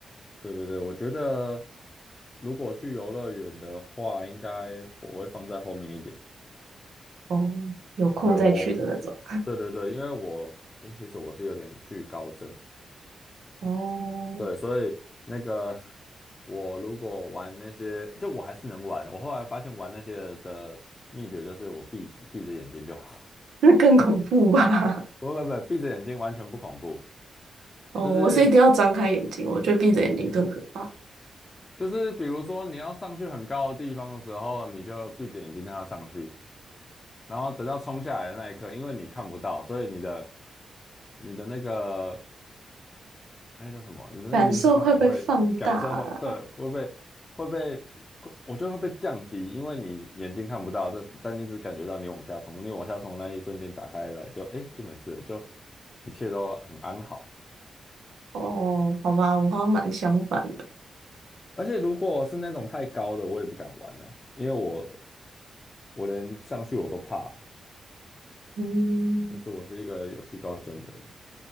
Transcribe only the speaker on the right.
哦，有空再去的那种。
哦，
那更恐怖吧？
<laughs> 哦，
我是一定要张开眼睛，我觉得闭着眼睛更可怕，
感受会被放大啊。
哦，好吧，我好像蛮相反的。
嗯。